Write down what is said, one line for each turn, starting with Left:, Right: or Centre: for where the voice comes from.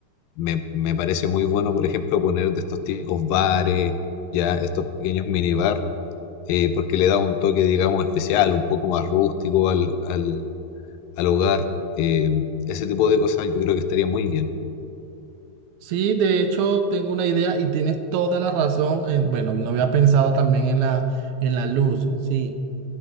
Left: me, me parece muy bueno, por ejemplo, poner de estos típicos bares, ya estos pequeños minibar, eh, porque le da un toque, digamos, especial, un poco más rústico al, al, al hogar. Eh, ese tipo de cosas yo creo que estaría muy bien.
Right: Sí, de hecho tengo una idea y tienes toda la razón. en- bueno, no había pensado también en la, en la luz, sí.